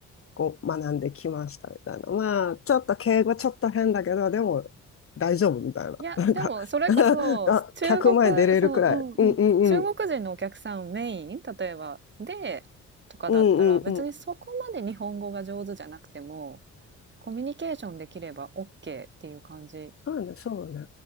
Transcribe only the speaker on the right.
いや、
でもそれこそ、
中国そのうんうん、
中国人のお客さんメイン、例えば、で、とかだったら、
別にそこまで日本語が上手じゃなくても、コミュニケーションできればオッケーっていう感じ